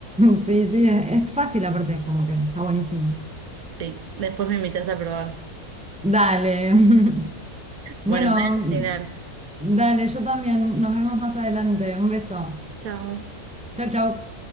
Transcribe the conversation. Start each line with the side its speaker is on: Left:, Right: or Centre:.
Centre: Sí, sí, es, es fácil aparte, como que está buenísimo.
Right: Sí, después me invitas a probar.
Centre: Dale. <laughs> Bueno,
Right: Bueno, me voy a cocinar.
Centre: dale, yo también. Nos vemos más adelante. Un beso.
Right: Chao.
Centre: Chau, chau.